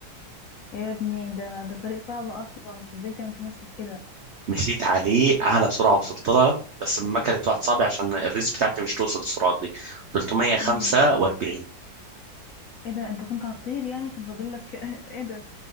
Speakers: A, on the left; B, on the right.
A: يا ابني ده ده طريق صعب اصلا انت ازاي تعمل في نفسك كده
B: مشيت عليه اعلى سرعه وصلت لها بس لما كانت واحد صعبه عشان الريس بتاعتي مش توصل السرعات دي 345
A: امم ايه ده انت كنت هتطير يعني كان فاضل لك <laughs> ايه ده